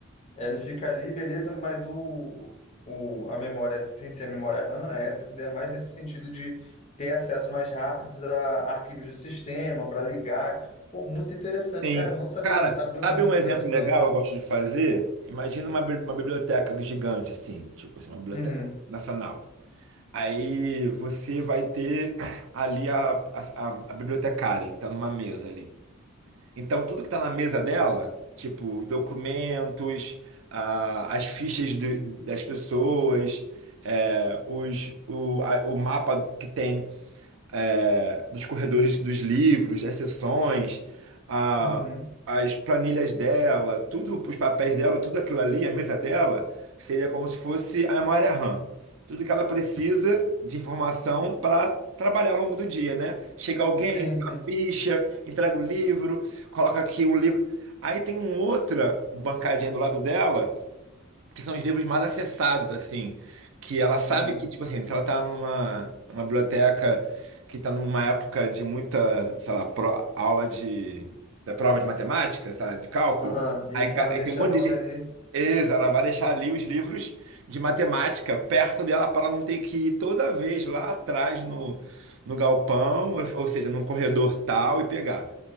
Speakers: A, on the left (about 30°); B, on the right (about 60°).
A: ele fica ali, beleza, mas o, o, a memória, sem ser a memória RAM, a SSD é mais nesse sentido de ter acesso mais rápido a arquivos do sistema, para ligar. Pô, muito interessante,
B: Sim.
A: cara. Eu não sabia
B: Cara,
A: disso. Abriu
B: sabe
A: muito
B: um exemplo
A: minha visão,
B: legal
A: cara.
B: que eu gosto de fazer? Imagina uma, bi- uma biblioteca gigante, assim, tipo assim, uma biblioteca
A: Uhum,
B: nacional. Aí você vai ter <coughs> ali a, a, a- a bibliotecária, que está numa mesa ali. Então, tudo que está na mesa dela, tipo documentos, a- as fichas do- das pessoas, é, os, o, a- o mapa que tem é, dos corredores dos livros, as sessões, a-
A: uhum.
B: as planilhas dela, tudo, os papéis dela, tudo aquilo ali, a mesa dela, seria como se fosse a memória RAM. Tudo que ela precisa de informação para trabalhar ao longo do dia, né? Chega alguém,
A: Sim,
B: tem
A: sim.
B: uma ficha, entrega o livro, coloca aqui um livro. Aí tem uma outra bancadinha do lado dela que são os livros mais acessados, assim. Que ela sabe
A: Uhum.
B: que, tipo assim, se ela tá numa, numa biblioteca que tá numa época de muita, sei lá, pro- aula de, da prova de matemática, sei lá, de cálculo,
A: Aham. E
B: aí,
A: então
B: ca-
A: ela
B: aí
A: deixa
B: tem um monte
A: logo
B: de.
A: ali.
B: Isso, ela vai deixar ali os livros de matemática perto dela para ela não ter que ir toda vez lá atrás no, no galpão, ou ou seja, num corredor tal e pegar.